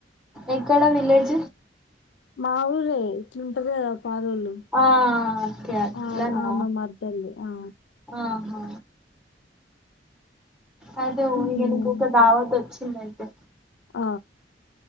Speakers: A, in the centre; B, on the left.
A: ఎక్కడ విలేజ్
B: మాఊరే ఇంట్లుంటది గద పాలొల్లు
A: ఆ ఓకే అట్లనా
B: ఆమె మా మర్దల్ది ఆ
A: ఆహా అయితే ఊరిగా
B: హ్మ్
A: నీకొక ధావత్ వచ్చింది అయితే
B: ఆ